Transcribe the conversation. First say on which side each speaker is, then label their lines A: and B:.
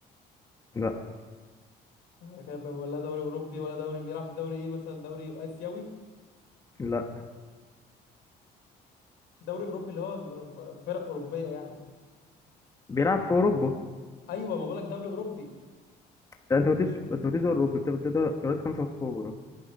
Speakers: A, on the left; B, on the left.
A: لا
B: يعني كده بقى ولا دوري أوروبي ولا دوري بيلعب في دوري إيه مثلا دوري آسيوي
A: لا
B: دوري أوروبي اللي هو ف- ف- فرق أوروبية يعني
A: بيلعب في اوروبا
B: أيوة ما بقولك دوري أوروبي
A: لا، انت ما قلتش انت ما قلتش دوري اوروبي بتبقى ده دور- دوريات خمسة كبرى